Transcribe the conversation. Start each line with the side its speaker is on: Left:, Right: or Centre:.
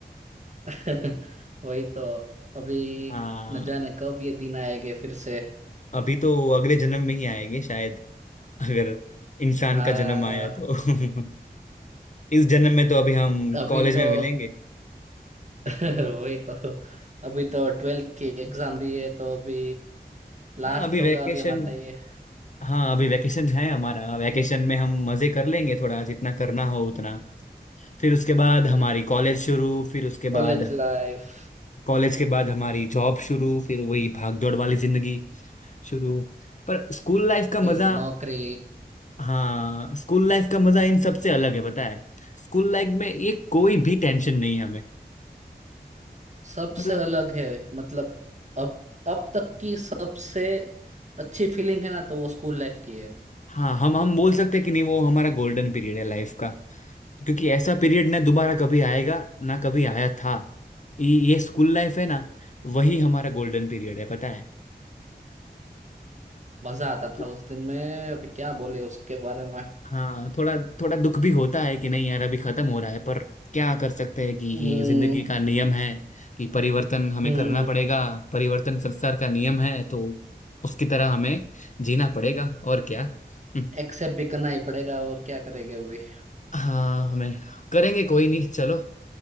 Right: <laughs> वही तो अभी
Left: आ,
Right: न जाने कब ये दिन आएंगे फिर से
Left: अभी तो अगले जन्म में ही आएंगे शायद अगर इंसान
Right: हाँ
Left: का जन्म आया तो <laughs> इस जन्म में तो अभी हम
Right: अभी
Left: कॉलेज
Right: तो
Left: में मिलेंगे
Right: <laughs>
Left: <laughs>
Right: वही तो अभी तो ट्वेल्थ की एग्जाम दी है तो अभी लास्ट
Left: हाँ अभी
Right: होगा
Left: वेकेशन
Right: अभी हमारा ये
Left: हाँ अभी वैकेशन है हमारा वैकेशन में हम मजे कर लेंगे थोड़ा जितना करना हो उतना फिर उसके बाद
Right: पर
Left: हमारी कॉलेज शुरू फिर उसके
Right: College
Left: बाद
Right: life
Left: कॉलेज के बाद हमारी जॉब शुरू फिर वही भाग दौड़ वाली जिंदगी शुरू पर स्कूल लाइफ का
Right: फिर
Left: मजा
Right: नौकरी
Left: हाँ स्कूल लाइफ का मजा इन सबसे अलग है पता है स्कूल लाइफ में ये कोई भी टेंशन नहीं है हमें
Right: सबसे
Left: मतलब
Right: अलग है मतलब अब अब तक की सबसे अच्छी फीलिंग है ना तो वो स्कूल लाइफ की है
Left: हाँ हम हम बोल सकते हैं कि नहीं वो हमारा गोल्डन पीरियड है लाइफ का क्योंकि ऐसा पीरियड ना दोबारा कभी आएगा ना कभी आया था ये ये स्कूल लाइफ है ना वही हमारा गोल्डन पीरियड है पता है
Right: मजा आता
Left: तो
Right: था उस दिन में अभी क्या बोले उसके बारे में
Left: हाँ थोड़ा थोड़ा दुख भी होता है कि नहीं यार अभी खत्म हो रहा है पर क्या कर सकते हैं कि ये
Right: हम्म
Left: जिंदगी का नियम है कि परिवर्तन हमें
Right: हम्म
Left: करना पड़ेगा परिवर्तन संसार का नियम है तो उसकी तरह हमें जीना पड़ेगा और क्या हम्म,
Right: एक्सेप्ट भी करना ही पड़ेगा और क्या करेंगे अभी
Left: हाँ हमें करेंगे कोई नहीं चलो